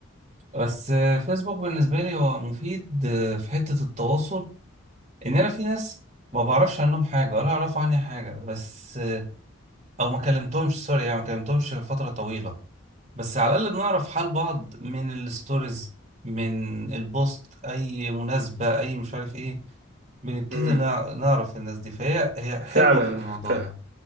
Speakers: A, on the right; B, on the right.
A: بس آه، فيسبوك بالنسبة لي هو مفيد آه، في حتة التواصل ان انا في ناس ما بعرفش عنهم حاجة ولا اعرف عني حاجة بس آه، او ما كلمتهمش سوري يعني ما كلمتهمش فترة طويلة بس على الأقل بنعرف حال بعض من الستوريز من البوست أي مناسبة أي مش عارف إيه بنبتدي
B: امم
A: نع- نعرف الناس دي فهي هي حلوة
B: فعلا
A: في الموضوع
B: فعلا
A: ده